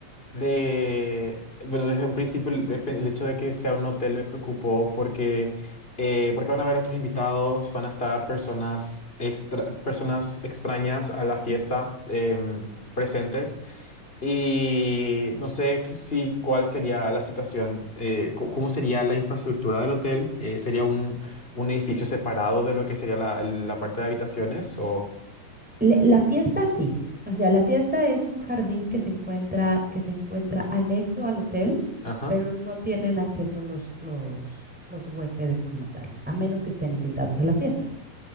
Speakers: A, on the left; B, in the centre.
A: De, bueno, desde un principio el, el hecho de que sea un hotel me preocupó porque, eh, porque van a haber otros invitados, van a estar personas, extra, personas extrañas a la fiesta em, presentes y no sé si cuál sería la situación, eh, cu- cómo sería la infraestructura del hotel, eh, sería un, un edificio separado de lo que sería la, la parte de habitaciones o...
B: Le- La fiesta sí. O sea, la fiesta es un jardín que se encuentra, que se encuentra anexo al hotel,
A: Ajá,
B: pero no tienen acceso los, los, los huéspedes como tal, a menos que estén invitados a la fiesta.